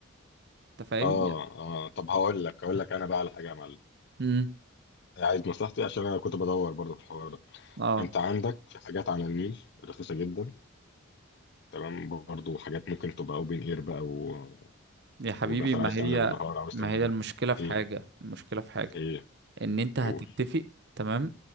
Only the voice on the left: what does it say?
اه اه طب هقول لك هقول لك انا بقى على حاجه يا معلم
عايز نصيحتي عشان انا كنت بدور برضه في الحوار ده
انت عندك في حاجات على النيل رخيصه جدا تمام برضو حاجات ممكن تبقى اوبن اير بقى و...
ومثلا
عايز
تعملها بالنهار عاوز
تعملها
بال
ايه
ايه
قول